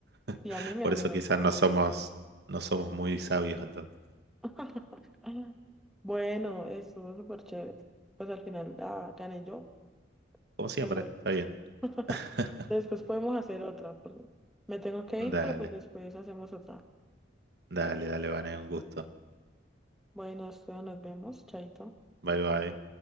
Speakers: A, on the right; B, in the centre.
A: <laughs>
B: Sí, a mí me
A: Por
B: da
A: eso
B: miedo
A: quizás
B: el búho.
A: no somos, no somos muy sabios entonces.
B: <laughs> Bueno, estuvo súper chévere. Pues al final ah, gané yo,
A: Como siempre,
B: pero
A: está bien.
B: <laughs>
A: <laughs>
B: después podemos hacer otra. porque Me tengo que ir,
A: Dale,
B: pero pues después hacemos otra.
A: dale, dale, Vané, un gusto.
B: Bueno, Esteban, nos vemos, chaito.
A: Bye bye.